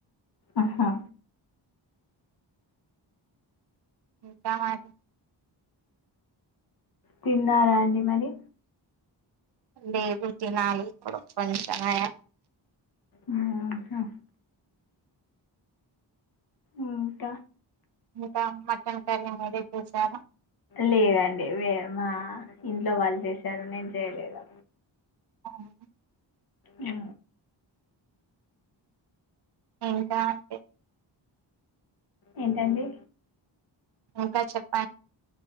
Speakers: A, on the left (about 50°); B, on the right (about 60°).
A: ఆహా
B: ఇంకా మరి
A: తిన్నారా అండి మరి
B: లేదు తినాలి ఇప్పుడు కొంచం అయిన
A: ఉహు ఇంక
B: ఇంకా మటన్ కర్రీ మీరేం చేసారు
A: లేదండి వే మా ఇంట్లో వాళ్ళు చేశారు నేను చేయలేదు
B: అవున
A: హ్
B: ఇంకా అండి
A: ఏంటండి
B: ఇంకా చెప్